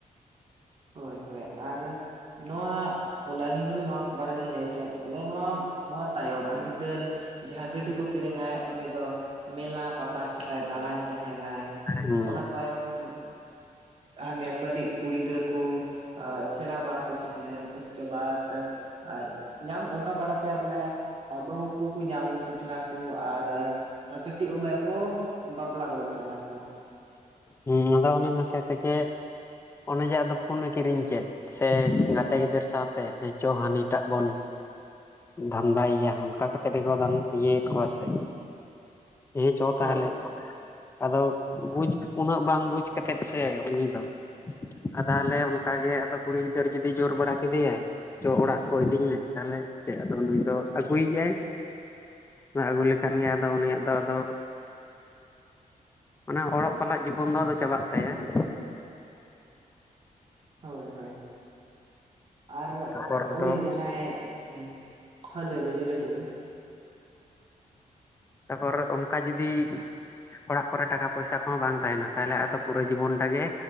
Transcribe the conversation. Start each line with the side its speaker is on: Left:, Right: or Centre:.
Right: ᱦᱳᱭ ᱦᱳᱭ ᱟᱨ ᱱᱚᱣᱟ ᱵᱚᱞᱮ ᱟᱹᱞᱤᱧ ᱦᱚᱸᱞᱤᱧ ᱱᱚᱣᱟ ᱵᱟᱨᱮ ᱞᱤᱧ ᱞᱟᱹᱭ ᱦᱚᱪᱚᱭᱮᱫ ᱼᱼ ᱵᱚᱞᱮ ᱱᱚᱣᱟ ᱱᱚᱣᱟ ᱛᱟᱭᱚᱢ ᱜᱤᱫᱟᱹᱨ ᱡᱟᱦᱟᱸ ᱜᱟᱹᱰᱤ ᱠᱚ ᱠᱤᱨᱤᱧᱟᱭ ᱩᱱᱤ ᱫᱚ ᱼᱼ ᱢᱮᱞᱟ ᱯᱟᱛᱟ ᱪᱷᱟᱛᱭ ᱫᱟᱬᱟᱱ ᱛᱟᱦᱮᱱᱟᱭ
Left: ᱦᱩᱸ
Right: ᱚᱱᱟ ᱛᱟᱭᱚᱢ ᱼᱼ ᱦᱟᱱᱮ ᱵᱟᱹᱲᱤᱡ ᱠᱩᱲᱤ ᱜᱤᱫᱽᱨᱟᱹ ᱠᱩ ᱪᱷᱮᱲᱟ ᱵᱟᱲᱟ ᱠᱚ ᱛᱟᱦᱮ ᱞᱮ ᱩᱥᱠᱮ ᱵᱟᱫ ᱟᱨ ᱧᱟᱢ ᱚᱱᱠᱟ ᱵᱟᱲᱟᱛᱮ ᱵᱚᱞᱮ ᱟᱫᱚ ᱠᱩᱠᱩ ᱧᱟᱢ ᱜᱩᱠᱚ ᱛᱟᱦᱮᱱᱟᱠᱩ ᱟᱨ ᱠᱟᱹᱴᱤᱡ ᱩᱢᱮᱨ ᱠᱚ ᱵᱟᱯᱞᱟ ᱜᱚᱫᱚᱜ ᱛᱟᱦᱮᱸ ᱱᱟᱠᱚ᱾
Left: ᱦᱩᱸ ᱟᱫᱚ ᱚᱱᱮ ᱱᱟᱥᱮ ᱛᱮᱜᱮ ᱚᱱᱮ ᱡᱮ ᱟᱫᱚ ᱯᱷᱩᱱᱱᱮ ᱠᱤᱨᱤᱧ ᱠᱮᱫ᱾ ᱥᱮ ᱜᱟᱛᱮ ᱜᱤᱫᱟᱹᱨ ᱥᱟᱶᱛᱮ ᱦᱮ ᱪᱚ ᱦᱟᱹᱱᱤᱴᱟᱜ ᱵᱚᱱ ᱫᱷᱟᱱᱫᱟᱭ ᱭᱟ ᱚᱱᱠᱟ ᱠᱟᱛᱮᱫ ᱜᱮᱠᱚ ᱤᱭᱟᱹᱭᱮᱫ ᱠᱚᱣᱟ ᱥᱮ? ᱦᱮᱸ ᱪᱚ ᱛᱟᱦᱚᱞᱮ
Right: ᱦᱳᱭ ᱦᱳᱭ
Left: ᱟᱫᱚ ᱵᱩᱡᱽ ᱩᱱᱟᱹᱜ ᱵᱟᱝ ᱵᱩᱡᱽ ᱠᱟᱛᱮᱫ ᱥᱮ ᱩᱱᱤ ᱫᱚ᱾ ᱟ ᱛᱟᱞᱮ ᱚᱱᱠᱟᱜᱮ ᱟᱫᱚ ᱠᱩᱲᱤ ᱜᱤᱫᱟᱹᱨ ᱡᱩᱫᱤ ᱡᱳᱨ ᱵᱟᱲᱟ ᱠᱮᱫᱮᱭᱟᱭ᱾ ᱪᱚ ᱚᱲᱟᱜ ᱠᱚ ᱤᱫᱤᱧ ᱢᱮ ᱛᱟᱦᱚᱞᱮ ᱪᱮᱫ ᱟᱫᱚ ᱱᱩᱭ ᱫᱚ ᱟᱹᱜᱩᱭᱮᱭᱟᱭ ᱾ ᱟᱹᱜᱩ ᱞᱮᱠᱷᱟᱱ ᱜᱮ ᱟᱫᱚ ᱩᱱᱤᱭᱟᱜ ᱫᱚ ᱟᱫᱚ ᱼᱼ ᱚᱱᱟ ᱚᱲᱚᱜ ᱯᱟᱲᱦᱟᱜ ᱡᱤᱵᱚᱱ ᱫᱚ ᱟᱫᱚ ᱪᱟᱵᱟᱜ ᱛᱟᱭᱟ ᱾
Right: ᱦᱳᱭ ᱦᱳᱭ ᱟᱨ
Left: ᱛᱟᱯᱚᱨ ᱟᱫᱚ
Right: ᱩᱱᱤ ᱡᱟᱦᱟᱸᱭ ᱦᱩᱸ ᱦᱮᱸ ᱞᱟᱹᱭ ᱵᱟᱹᱭᱡᱩᱜ ᱞᱟᱹᱭ ᱵᱮᱱ
Left: ᱛᱟᱨᱯᱚᱨᱮ ᱚᱱᱠᱟ ᱡᱩᱫᱤ ᱚᱲᱟᱜ ᱠᱚᱨᱮ ᱴᱟᱠᱟ ᱯᱚᱭᱥᱟ ᱠᱚᱦᱚᱸ ᱵᱟᱝ ᱛᱟᱦᱮᱱᱟ ᱛᱟᱦᱚᱞᱮ ᱟᱫᱚ ᱯᱩᱨᱟᱹ ᱡᱤᱵᱚᱱ ᱴᱟ ᱜᱮ